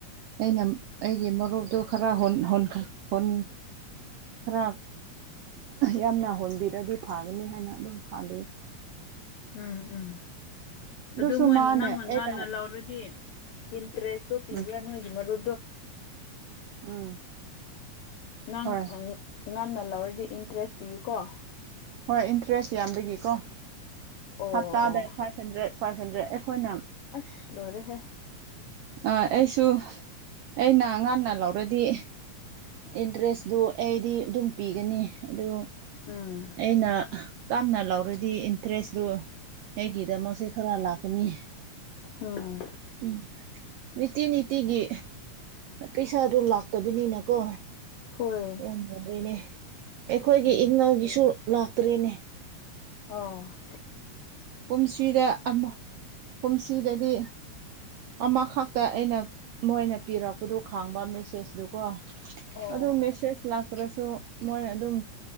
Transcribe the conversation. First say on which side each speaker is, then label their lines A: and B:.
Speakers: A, on the right (about 75°); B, on the left (about 80°).
A: ꯑꯩꯅ ꯑꯩꯒꯤ ꯃꯔꯨꯞꯇꯣ ꯈꯔ ꯍ ꯍ ꯍꯣꯟ ꯈꯔ ꯌꯥꯝꯅ ꯍꯣꯟꯕꯤꯔꯗꯤ ꯐꯒꯅꯤ ꯍꯥꯏꯅ ꯑꯗꯨꯝ ꯈꯥꯕꯤ
B: ꯎꯝ ꯎꯝ
A: ꯑꯗꯨꯁꯨ
B: ꯑꯗꯨ ꯃꯣꯏ
A: ꯃꯥꯅꯦ
B: ꯅꯪꯅ
A: ꯑꯩꯅ
B: ꯉꯟꯅ ꯂꯧꯥꯎꯔꯗꯤ ꯏꯟꯇ꯭ꯔꯦꯁ ꯄꯤꯕ꯭ꯔꯅ
A: ꯎꯝ
B: ꯏ ꯃꯔꯣ
A: ꯎꯝ
B: ꯉꯥꯡ
A: ꯍꯣꯏ
B: ꯉꯥꯟꯟꯅ ꯂꯧꯔꯤꯗꯤ ꯏꯟꯇꯔꯦꯁ ꯄꯤꯀꯣ
A: ꯍꯣꯏ ꯏꯟꯇꯔꯦꯁ ꯌꯥꯝꯕꯒꯤꯀꯣ
B: ꯑꯣ
A: ꯍꯞꯇꯥꯗ
B: ꯑꯣ
A: ꯐꯥꯏꯚ ꯍꯟꯗ꯭ꯔꯦꯠ ꯐꯥꯏꯚ ꯍꯟꯗ꯭ꯔꯦꯠ ꯑꯩꯈꯣꯏꯅ
B: ꯑꯁ ꯂꯣꯏꯔꯦ ꯍꯦ
A: ꯑ ꯑꯩꯁꯨ ꯑꯩꯅ ꯑꯉꯥꯡꯅ ꯂꯧꯔꯗꯤ ꯏꯟꯇꯔꯦꯁꯇꯨ ꯑꯩꯗꯤ ꯑꯗꯨꯝ ꯄꯤꯒꯅꯤ ꯑꯗꯨ
B: ꯎꯝ
A: ꯑꯩꯅ ꯇꯥꯝꯅ ꯂꯧꯔꯗꯤ ꯏꯟꯇꯔꯦꯁꯇꯨ ꯑꯩꯒꯤꯗꯃꯛꯁꯦ ꯈꯔꯥ ꯂꯒꯅꯤ
B: ꯎꯝ
A: ꯎꯝ ꯅꯤꯇꯤ ꯅꯤꯇꯤꯒꯤ ꯄꯩꯁꯥꯗꯣ ꯂꯥꯛꯇꯕꯅꯤꯅ ꯀꯣ
B: ꯍꯣꯏ
A: ꯌꯥꯝ ꯋꯥꯔꯦꯅꯦ ꯑꯩꯈꯣꯏꯒꯤ
B: ꯎꯝ
A: ꯏꯪꯅꯥꯎꯒꯤꯁꯨ ꯂꯥꯛꯇꯔꯤꯅꯦ
B: ꯑꯣ
A: ꯀꯨꯝꯁꯤꯗ ꯑꯃ ꯀꯨꯝꯁꯤꯗꯗꯤ ꯑꯃꯈꯛꯇ ꯑꯩꯅ ꯃꯣꯏꯅ ꯄꯤꯔꯛꯄꯗꯨ ꯈꯪꯕ ꯃꯦꯁꯦꯖꯇꯀꯣ
B: ꯑꯣ
A: ꯑꯗꯨꯗ ꯃꯦꯁꯦꯁ ꯂꯥꯛꯇ꯭ꯔꯁꯨ ꯃꯣꯏ ꯑꯗꯨꯝ